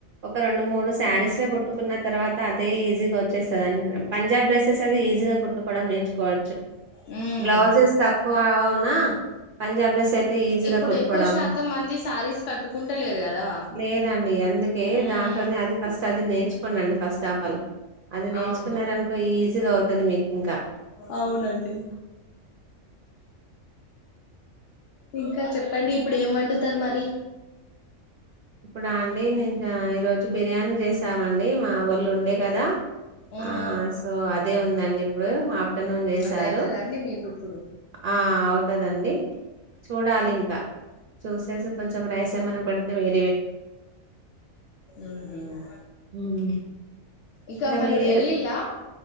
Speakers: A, on the right; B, on the left.
A: ఒక రెండు మూడు శారీస్ లో కుట్ కుట్టుకున్న తర్వాత అదే ఈజీగా వచ్చేస్తుందిండి పంజాబ్ డ్రెస్సెస్ అది ఈజీగా కుట్టుకోవడం నేర్చుకోవచ్చు
B: ఉమ్
A: బ్లౌజెస్ తక్కువ అ అవునా పంజాబ్ డ్రెస్ కె అయితే ఈజీగా
B: ఇప్పుడు
A: కుట్టుకోవడం
B: ఎక్కువ శాతం మంది శారీస్ కట్టుకుంటలేరు కదా
A: లేదండి అందుకే
B: ఉమ్
A: దాంట్లోనే అది ఫస్ట్ అది నేర్చుకోం అండి ఫస్ట్ ఆపల్ అది నేర్చుకున్నాడునుకో
B: అవును
A: ఈజీగా అవుతుది మీకు ఇంకా
B: అవునండి ఇంకా చెప్పండి ఇప్పుడు ఏం వండు త్తారు మరి
A: ఇప్పుడా అండి నేను ఈరోజు బిర్యానీ చేసామండి మా వాళ్ళు ఉండే కదా
B: ఉమ్
A: ఆ సో అదే ఉందండి ఇప్పుడు ఆఫ్టర్నూన్ చేసారు
B: అది అయితదా అండి మీకు ఇప్పుడు
A: ఆ అవుతుదండి చూడాలి ఇంకా చూసేసి కొంచెం రైస్ ఏమన్నా పెడితే వయ
B: ఉహుమ్
A: హ్మ్.
B: ఇంకా మరి
A: మీరు ఈరో
B: వెళ్ళిలా